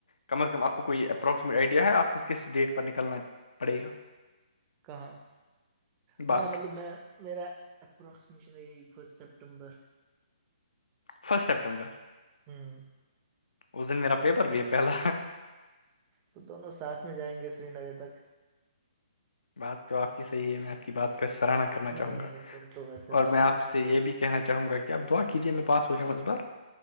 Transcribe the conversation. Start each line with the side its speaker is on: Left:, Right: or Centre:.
Left: کم از کم آپ کو کوئی اپروکسیمیٹ آئیڈیا ہے آپ کو کس ڈیٹ پر نکلنا پڑے گا
Right: کہاں
Left: باہر
Right: ہاں مطلب میں میرا اپرکسیمیشن ہو فسٹ سپٹمبر
Left: فسٹ سپٹمبر
Right: ہوں
Left: اس دن میرا پیپر بھی ہے پہلا
Right: تو دونوں ساتھ میں جائیں گے سری نگر تک
Left: بات تو آپ کی صحیح ہے میں آپ کی بات کا سراہنا کرنا
Right: نہیں
Left: چاہوں
Right: نہیں
Left: گا
Right: نہیں تم تو ویسے
Left: اور
Right: رات
Left: میں آپ
Right: کو رہنے
Left: سے
Right: والے
Left: یہ بھی کہنا چاہوں گا کہ آ دعا کییے میں پاس ہو جاؤں اس بار